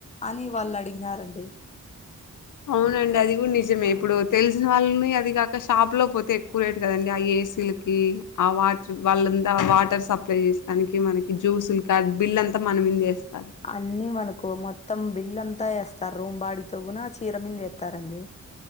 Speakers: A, on the left (about 20°); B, on the left (about 80°).
A: అని వాళ్ళు అడిగినారండి
B: అవునండి అది కూడా నిజమే ఇప్పుడు తెలిసిన వాళ్ళని అదీ గాక షాప్ లో పోతే ఎక్కువ రేట్ కదండి ఆ ఏ సీ లు కి ఆ వాచ్ వాళ్ళంతా వాటర్ సప్ ప్లై చేసిన దానికి మనకి జ్యూసులు కార్ బిల్ అంతా మనమిందేస్తా
A: అన్నీ మనకు మొత్తం బిల్ అంతా ఏస్తారు రూమ్ బాడిగతో గూనా చీర మింద ఎత్తారండి